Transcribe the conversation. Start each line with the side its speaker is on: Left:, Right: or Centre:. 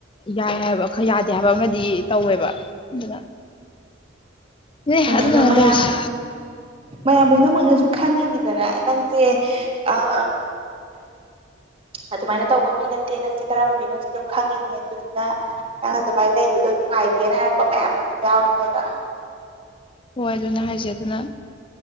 Left: ꯌꯥꯏ ꯍꯥꯏꯕ ꯌꯥꯗꯦ ꯍꯥꯏꯕ ꯑꯃꯗꯤ ꯇꯧꯋꯦꯕ ꯑꯗꯨꯅ ꯑꯦ
Right: ꯐꯅꯦ
Left: ꯑꯗꯨꯅꯅꯦ
Right: ꯑꯗꯣ ꯃꯌꯥꯝ
Left: ꯇꯧꯔꯤꯁꯦ
Right: ꯃꯌꯥꯝ ꯄꯨꯝꯅꯃꯛꯅꯁꯨ ꯈꯜꯂꯤꯅꯦ ꯗꯔ ꯅꯪꯖꯦ ꯑꯥ ꯑꯍꯝ ꯑꯗꯨꯃꯥꯏꯅ ꯇꯧꯕ ꯃꯤ ꯅꯠꯇꯦ ꯅꯪꯖꯦ ꯀꯔꯝꯕ ꯃꯤꯅꯣꯖꯤ ꯑꯗꯨꯝ ꯈꯪꯉꯤꯅꯤ ꯑꯗꯨꯗꯨꯅ ꯅꯪ ꯑꯗꯨꯃꯥꯏꯅ ꯂꯩꯕꯗꯣ ꯅꯨꯡꯉꯥꯏꯇꯦꯅ ꯍꯥꯏꯔꯛꯄ ꯃꯌꯥꯝꯖꯨ ꯌꯥꯎꯔꯤꯅꯦꯕ
Left: ꯍꯣꯏ ꯑꯗꯨꯅꯦ ꯍꯥꯏꯖꯦ ꯑꯗꯨꯅ